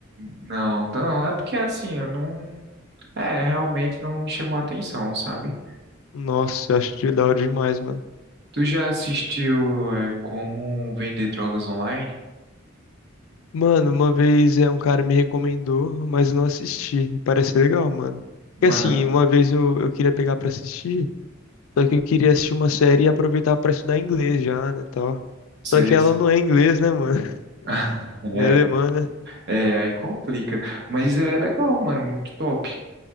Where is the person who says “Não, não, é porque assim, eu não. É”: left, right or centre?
Right